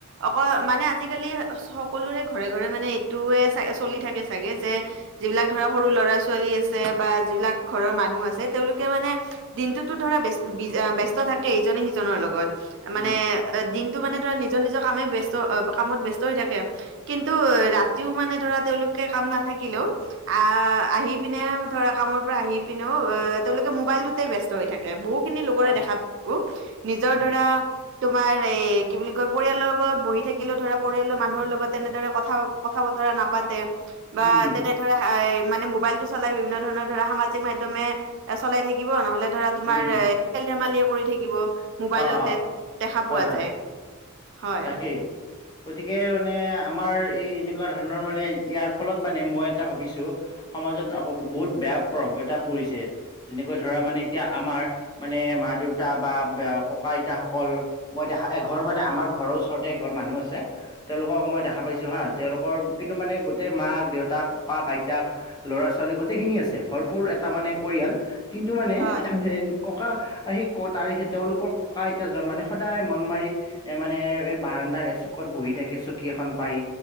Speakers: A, on the right; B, on the left.
A: অকল মানে আজিকালি সকলোৰে ঘৰে ঘৰে মানে এইটোয়ে চলি থাকে চাগে যে- যিবিলাক ধৰা সৰু ল'ৰা ছোৱালী আছে বা যিবিলাক ঘৰৰ মানুহ আছে, তেওঁলোকে মানে- দিনটোতো ধৰা ব্যস্ত থাকে ইজনে সিজনৰ লগত, মানে-
B: উম
A: এ দিনটো মানে ধৰা নিজৰ নিজৰ কামে ব্যস্ত কামত ব্যস্ত হৈ থাকে। কিন্তু ৰাতিও মানে ধৰা তেওঁলোকে কাম নাথাকিলেও- আহ আহি পিনে ধৰা কামৰ পৰা আহি পিনেও আহ তেওঁলোকে মোবাইলটোতে ব্স্ত হৈ থাকে। এ বহু খিনি লোকৰে
B: হয়
A: দেখা পাইছো নিজৰ
B: উম
A: ধৰা- তোমাৰ এই কি বুলি কয় পৰিয়ালৰ লগত বহি থাকিলেও ধৰা পৰিয়ালৰ মানুহৰ লগত তেনেদৰে কথা- কথা বতৰা নাপাতে বা
B: উম উম
A: তেনে- ধৰা মানে মোবাইল টো চলাই বিভিন্ন ধৰণৰ ধৰা সামাজিক মাধ্যমে চলাই থাকিব, নহ'লে- ধৰা তোমাৰ
B: উম উম
A: এ খেল ধেমালিয়ে কৰি থাকিব। মোবাইলতেত
B: অ অ
A: দেখা
B: হয়
A: পোৱা
B: হয়
A: যায়, হয়।
B: তাকেই গতিকে মানে আমাৰ এই এনেকুৱা ধৰণৰ মানে ইয়াৰ ফলত মানে মই এটা ভাবিছো- সমাজত আকৌ বহুত বেয়া প্ৰভাৱ এটা পৰিছে। যেনেকৈ ধৰা মানে এতিয়া আমাৰ মানে মা দেউতা বা- ককা আইতাসকল মই দেখা এঘৰ মানে আমাৰ ঘৰৰ ওচৰতে এঘৰ মানুহ আছে। তেওঁলোকক মই দেখা পাইছো হাঁ, তেওঁলোকৰ কিন্তু মানে গোটেই মাক, দেউতাক, ককাক, আইতাক- ল'ৰা ছোৱালী গোটেইখিনি আছে ভৰপূৰ এটা মানে পৰিয়াল। কিন্তু মানে
A: হয়
B: সেই ককা আহি ক তাৰে সি তেওঁলোকক- ককা আইতাজন মানে সদায় মন মাৰি- এ মানে এই বাৰান্দাৰ এচুকত বহি থাকে চকী এখন পাৰি।